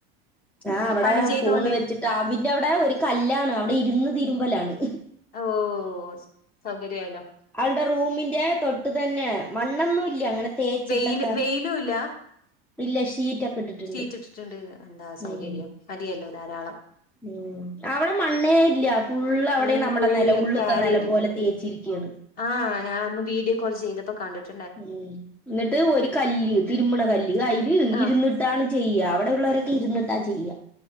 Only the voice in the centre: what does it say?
ആ അവിടെ
ഫോൺ വെച്ചിട്ട് അവിന്റെ അവിടെ ഒരു കല്ലാണ് അവിടെ ഇരുന്ന് തിരുമ്പലാണ്
അവളുടെ റൂമിന്റെ തൊട്ട് തന്നെ മണ്ണൊന്നും ഇല്ല അങ്ങനെ തേച്ചിട്ടൊക്കെ
ഇല്ല ഷീറ്റൊക്കെ ഇട്ടിട്ടുണ്ട്
ഉം
ഉം അവിടെ മണ്ണേ
ഇല്ല ഫുള് അവിടെയും
നമ്മുടെ
നില ഉള്ളത്തെ
നിലം
പോലെ തേച്ചിരിക്കുകയാണ്
ഉം എന്നിട്ട് ഒരു കല്ല് തിരുമണ കല്ല് അല്
ഇരുന്നിട്ട് ട്ടാണ് ചെയ്യുക അവിടെയള്ളവരൊക്കെ ഇരുന്നിട്ടാ ചെയ്യുക